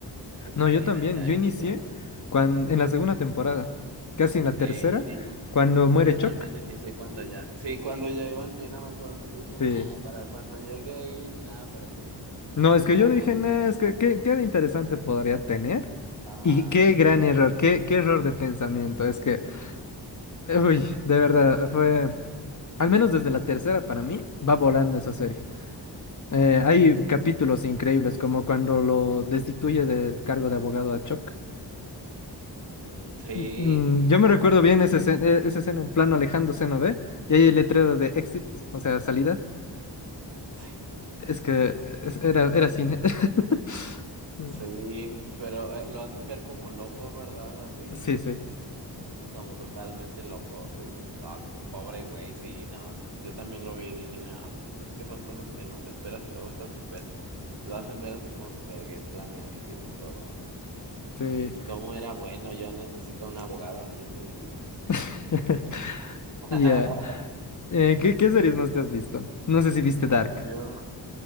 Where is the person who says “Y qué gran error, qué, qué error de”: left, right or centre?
Left